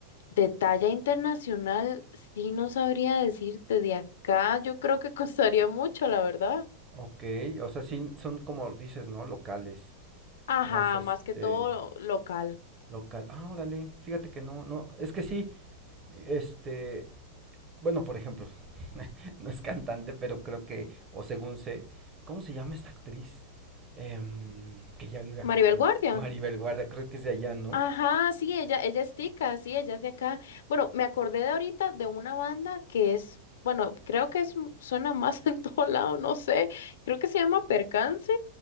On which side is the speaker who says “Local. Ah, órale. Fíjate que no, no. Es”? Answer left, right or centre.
Right